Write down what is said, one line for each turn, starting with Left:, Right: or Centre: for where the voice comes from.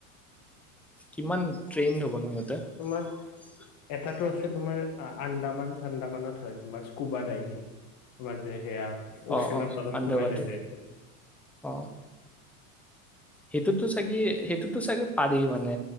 Centre: কিমান ট্ৰেইনড হ'ব নহয় ইহঁতে।
Left: তোমাৰ এটাতো আছে তোমাৰ আন্দামান চন্দামানত হয় তোমাৰ স্কুবা ডাইভিং, তোমাৰ যে সেয়া ওশ্বেনৰ
Centre: অ অ
Left: তলত
Centre: আণ্ডাৰ
Left: সুমাই
Centre: ৱাটাৰ
Left: লৈ যাইছে।
Centre: অ সেইটোতো চাগে সেইটোতো চাগে পাৰি মানে